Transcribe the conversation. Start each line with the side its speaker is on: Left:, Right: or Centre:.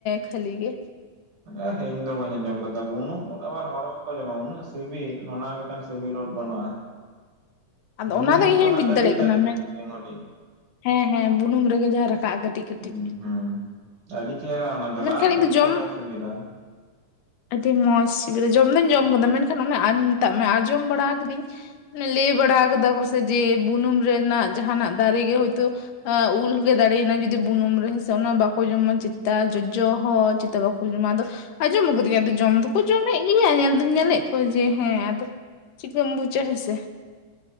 Left: ᱠᱷᱟᱹᱞᱤ ᱜᱮ?
Right: ᱮ ᱤᱧ ᱫᱚ ᱵᱟᱹᱧ ᱟᱸᱡᱚᱢ ᱠᱟᱫᱟ ᱵᱩᱱᱩᱢ ᱩᱫᱽ ᱟᱵᱟᱨ ᱦᱚᱲ ᱵᱟᱠᱚ ᱡᱚᱢᱟ ᱩᱱᱟᱹᱜ ᱥᱤᱵᱤᱞ ᱚᱱᱟ ᱞᱟᱹ ᱠᱟᱱ ᱥᱤᱵᱤᱞ ᱩᱫ ᱵᱟᱹᱱᱩᱜᱼᱟ,
Left: ᱟᱫᱚ
Right: ᱵᱩᱱᱩᱢ
Left: ᱫᱚ
Right: ᱩᱫ
Left: ᱤᱧ
Right: ᱛᱚ
Left: ᱦᱚᱧ
Right: ᱚᱱᱟ
Left: ᱵᱩᱡ
Right: ᱠᱟᱹᱴᱤᱡ
Left: ᱫᱟᱲᱮᱭᱟᱜ
Right: ᱠᱟᱹᱴᱤᱡ
Left: ᱠᱟᱱᱟ ᱢᱮᱱ
Right: ᱦᱩᱰᱤᱧ ᱦᱩᱰᱤᱧ᱾
Left: ᱦᱮᱸ ᱦᱮᱸ ᱵᱩᱱᱩᱢ ᱨᱮᱜᱮ ᱡᱟᱦᱟᱸ ᱨᱟᱠᱟᱜᱼᱟ ᱠᱟᱹᱴᱤᱡ᱾ ᱠᱟᱹᱴᱤᱡ
Right: ᱩᱸ ᱦᱩᱸ ᱟᱹᱰᱤ ᱪᱮᱦᱨᱟ ᱚᱱᱟ ᱫᱚ
Left: ᱢᱮᱱᱠᱷᱟᱱ
Right: ᱞᱟᱜ
Left: ᱤᱧ
Right: ᱟᱹᱰᱤ
Left: ᱫᱚ ᱡᱚᱢ
Right: ᱪᱮᱦᱨᱟ ᱥᱤᱵᱤᱞᱟ᱾
Left: ᱟᱹᱰᱤ ᱢᱚᱸᱡᱽ ᱥᱤᱵᱤᱞᱟ ᱡᱚᱢ ᱫᱚᱧ ᱡᱚᱢ ᱠᱟᱫᱟ ᱢᱮᱱᱠᱷᱟᱱ ᱚᱱᱟ ᱟᱱ ᱢᱮᱛᱟᱜ ᱢᱮ ᱟᱸᱡᱚᱢ ᱵᱟᱲᱟᱣ ᱠᱟᱫᱟᱹᱧ ᱞᱟᱹᱭ ᱵᱟᱲᱟᱣ ᱠᱟᱫᱟ ᱠᱚᱥᱮ ᱡᱮ ᱵᱩᱱᱩᱢ ᱨᱮᱱᱟᱜ ᱡᱟᱦᱟᱱᱟᱜ ᱫᱟᱨᱮ ᱜᱮ ᱦᱳᱭᱛᱳ ᱮ ᱩᱞ ᱜᱮ ᱫᱟᱲᱮᱭᱱᱟ ᱡᱩᱫᱤ ᱵᱩᱱᱩᱢ ᱨᱮ ᱦᱮᱥᱮ ᱚᱱᱟ ᱵᱟᱠᱚ ᱡᱚᱢᱟ ᱪᱮᱛᱟ ᱡᱚᱡᱚ ᱦᱚᱸ ᱪᱮᱛᱟ ᱵᱟᱠ ᱠᱚ ᱡᱚᱢᱟ ᱟᱫᱚ ᱟᱡᱚᱢ ᱠᱟᱫᱟᱹᱧ ᱟᱫᱚ ᱡᱚᱢ ᱫᱚ ᱠᱚ ᱡᱚᱢᱮᱜ ᱜᱮᱭᱟ ᱧᱮᱞ ᱫᱚᱧ ᱧᱮᱞᱮᱜ ᱠᱚᱣᱟ ᱡᱮ ᱦᱮᱸ ᱟᱫᱚ ᱪᱤᱠᱟᱹᱢ ᱵᱩᱡᱟ ᱦᱮᱸ ᱥᱮ᱾